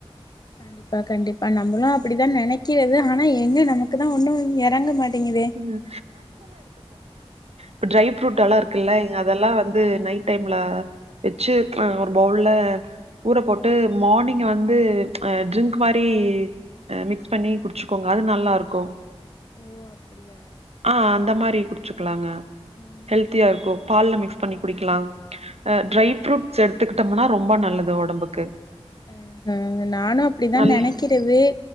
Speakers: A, on the left (about 40°); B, on the right (about 80°).
A: கண்டிப்பா கண்டிப்பா நம்மளு அப்படிதா நெனைக் க்கிறது ஆனா எங்க நமக்குதா ஒன்னு எறங்க மாட்டிங்குதே
B: ம் ப்ப ட்ரைஃப்ரூட் எலா இருக்குல்ல இங்க அதெலா வந் து
A: ம்
B: நைட்
A: ம்
B: டைம்ல வெச்சு அ
A: ம் ம்
B: ஒரு பவுல்ல ஊர போட்டு மார்னிங் வந்து அ ட்ரிங்க்
A: ம்
B: மாறி மிக்ஸ் பண்ணி குடிச்சுக்கோங்க அது நல்லா இருக்கோ
A: ஓ அப்புடியா
B: அ அந்த மாறி குடிச்சுக்கலாங்க
A: ம்
B: ஹெல்த்தியா
A: ம்
B: இருக்கு பால்ல மிக்ஸ் பண்ணி
A: அ
B: குடிக்கலா அ ட்ரை ஃப்ரூட்ஸ் எடுத்துக்கிட்டம்னா ரொம்ப நல்லது ஒடம்புக்கு
A: அ அ நானு அப்டிதா
B: நல்
A: நெனைக்கிறது